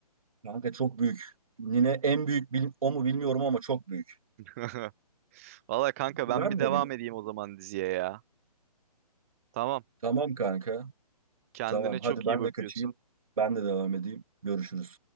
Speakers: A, on the right (about 60°); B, on the right (about 20°).
A: Kanka çok büyük. Nine en büyük bil- o mu bilmiyorum ama çok büyük.
B: <laughs> Valla kanka
A: Güven
B: ben bir
A: veriyor.
B: devam edeyim o zaman diziye ya. Tamam.
A: Tamam kanka.
B: Kendine
A: Tamam hadi
B: çok
A: ben
B: iyi bakıyorsun.
A: de kaçayım. Ben de devam edeyim. Görüşürüz.